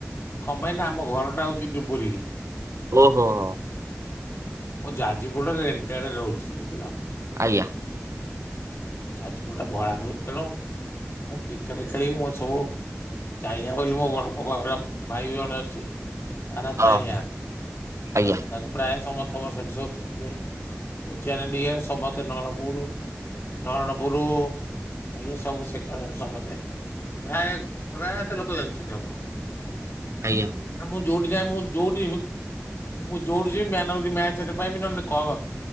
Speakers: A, on the left (about 55°); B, on the right (about 80°).
A: କଣ ପାଇଁ ନା ଆମ ଘର ଟା ହଉଛି ଡୁବୁରୀ।
B: ଓହୋ ହୋ।
A: ମୁଁ ଯାଜିପୁର ଟାରେ ରେଣ୍ଟଏଡେ ରହୁଛି ବୁଝିଲ।
B: ଆଜ୍ଞା।
A: ଯାଜୁପୁର ଟା ଭଡ଼ା ନୁହଁ ତେଣୁ ମୁଁ କ୍ରିକେଟ ଖେଳିବି ମୁଁ ସବୁ ଚାହିଆ ବୋଲି ମୋ ବଡପା ଘ ଭାଇ ଜଣେ ଅଛି। ତା ନା
B: ଓହୋ
A: ଚାଇଁଆ ତାକୁ
B: ଆଜ୍ଞା
A: ପ୍ରାୟ ସମସ୍ତେ ତମେ ସେଠି ସବୁ ଚିଥିବେ କୋଚିଆ ସମସ୍ତେ ନରଣପୁରୁ ନରଣପୁର ଇଏ ସବୁ ସେକରେ ସମସ୍ତେ ପ୍ରାୟ ପ୍ରାୟ ତ ଲୋକ ଯାଉଛନ୍ତି ଦେଉ
B: ଆଜ୍ଞା।
A: ମୁଁ ଯୋଉଠି ଯାଏ ମୁଁ ଯୋଉଠି ମୁଁ ଯୋଉଠି ଯିବି ମ୍ୟାମ ମ୍ୟାଚ ଟେ ପାଇବି ନହନେ କପ